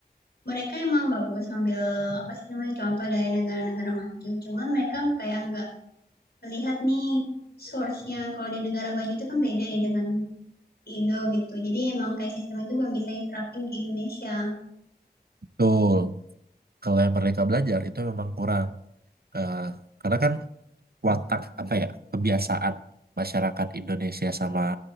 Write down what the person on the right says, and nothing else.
Betul. Kalau yang merdeka belajar itu memang kurang. Eh, karena kan watak apa ya, kebiasaan masyarakat Indonesia sama